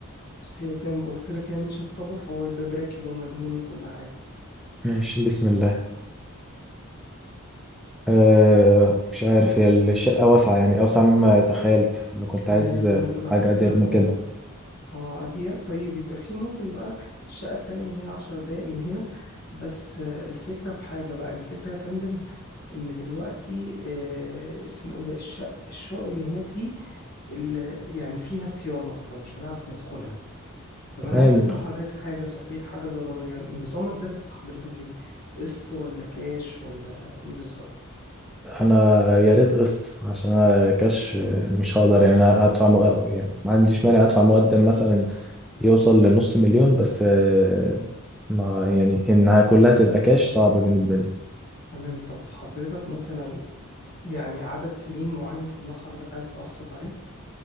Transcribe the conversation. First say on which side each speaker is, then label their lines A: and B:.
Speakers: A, on the left (about 45°); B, in the centre.
A: بس هي زي ما قلت لك هي متشطبة فهو الباب راكب ومدهون وكل حاجة
B: ماشي بسم الله أه مش عارف هي الشقة واسعة يعني أوسع مما تخيلت أنا كنت
A: ما
B: عايز
A: هي زي ما بقول لحضرتك
B: حاجة أضيق
A: تلات
B: من
A: أوض
B: كده
A: اه أضيق طيب يبقى في ممكن بقى الشقة التانية اللي هي عشر دقايق من هنا بس آه، الفكرة في حاجة بقى الفكرة يا فندم إن دلوقتي آه، اسمه إيه ده الشقة الشقق اللي هناك دي اللي يعني فيها صيانة فمش هنعرف ندخلها طب أنا
B: تمام
A: عايز أسأل حضرتك حاجة صحيح حاجة ضرورية نظام الدفع بتاع حضرتك إيه؟ قسط ولا كاش ولا إيه بالظبط؟
B: انا يا ريت قسط عشان انا كاش مش هقدر يعني انا ادفع مق... يعني ما عنديش مانع ادفع مقدم مثلا يوصل لنص مليون بس آه، ما يعني انها كلها تبقى كاش صعب بالنسبه لي
A: تمام طب حضرتك مثلا يعني عدد سنين معين في دماغ حضرتك عايز تقسط عليه؟